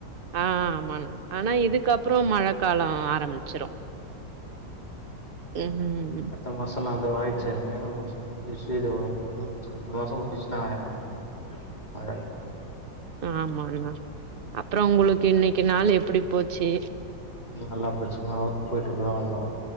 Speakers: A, on the right; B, on the left.
A: ஆ ஆமாணா ஆனா
B: ஆமா
A: இதுக்கப்றோ மழக்காலோ ஆ ரம்பிச்சிரு உஹும்
B: மத்த மாசோலா இதோ ஆய்ச்சே மே மாசோ முட்ச்சி <unintelligible> வந்துருச்சி இந்த மாசோ முடிச்சிருச்சினா வந்துரு மழ
A: ஆமாங்ணா அப்புறோ உங்களுக்கு இன்னக்கி நாள் எப்புடி போச்சி
B: ம் நல்லா போச்சு மா ஒர்க் போயிட்டு இப்பதா வந்தோ